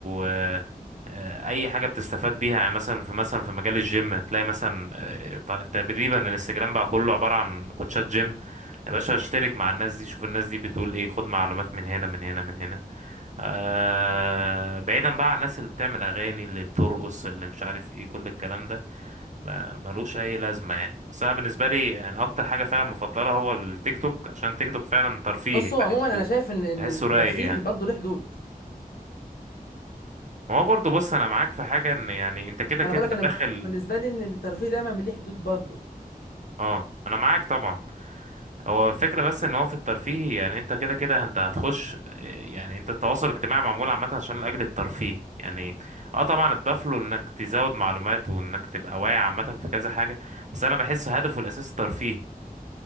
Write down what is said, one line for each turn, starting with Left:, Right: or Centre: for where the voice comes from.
Right: آه، آه، أي حاجة بتستفاد بيها يعني مثلا في مثلا في مجال الجيم تلاقي مثلا آه، ت- تقريبا الانستجرام بقى كله عبارة عن كوتشات جيم يا باشا اشترك مع الناس دي شوف الناس دي بتقول ايه خد معلومات من هنا من هنا من هنا آه بعيدا بقى عن الناس اللي بتعمل أغاني اللي بترقص اللي مش عارف ايه كل الكلام ده ما- ملوش اي لازمه يعني بس انا بالنسبه لي يعني اكتر حاجه فعلا مفضله هو التيك توك عشان تيك توك فعلا ترفيه
Left: بصوا
Right: بحسه
Left: عموما انا شايف ان ال-
Right: بحسه
Left: ال- الترفيه
Right: رايق يعني
Left: برضه له حدود
Right: ما هو برضه بص انا معاك في حاجه ان يعني انت كده
Left: انا
Right: كده
Left: بقول لك انا
Right: داخل
Left: بالنسبه لي ان الترفيه دايما ليه حدود برضه
Right: اه انا معاك طبعا هو الفكره بس ان هو في الترفيه يعني انت كده كده انت هتخش يعني انت التواصل الاجتماعي معمول عامه عشان لاجل الترفيه يعني اه طبعا اتضاف له انك تزود معلومات وانك تبقى واعي عامه في كذا حاجه بس انا بحس هدفه الاساسي الترفيه